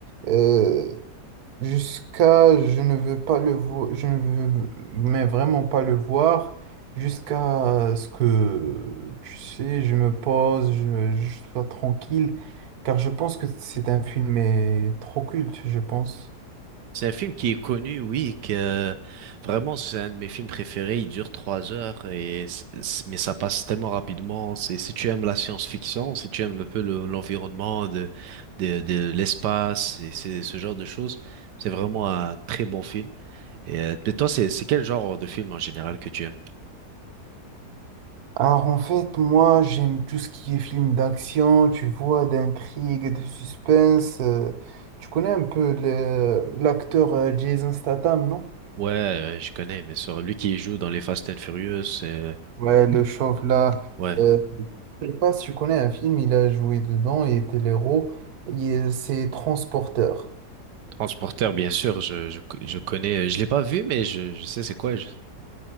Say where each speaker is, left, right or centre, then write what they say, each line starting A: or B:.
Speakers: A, on the right (about 65°); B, on the right (about 85°).
A: euh, jusqu'à je ne veux pas le voir, je ne veux mais vraiment pas le voir, jusqu'à ce que, tu sais, je me pose, je, je sois tranquille, car je pense que c'est un film mais trop culte, je pense.
B: C'est un film qui est connu, oui, que euh, vraiment c'est un de mes films préférés. Il dure trois heures et c- c- mais ça passe tellement rapidement. C'est si tu aimes la science-fiction, si tu aimes un peu le- l'environnement de de, de l'espace et c'est ce genre de choses, c'est vraiment un très bon film. Et euh, mais toi, c'est c'est quel genre de film en général que tu aimes?
A: Alors en fait, moi j'aime tout ce qui est film d'action, tu vois, d'intrigue, de suspense. euh, tu connais un peu le- l'acteur euh, Jason Statham, non?
B: Ouais, euh, je connais, bien sûr. Lui qui joue dans les Fast and Furious, euh,
A: Ouais, le chauve là.
B: ouais.
A: Euh, je sais pas si tu connais un film, il a joué dedans, il était l'héros. il est- C'est Transporteur.
B: Transporteur, bien sûr, je, je, je connais. Je l'ai pas vu, mais je, je sais c'est quoi. je-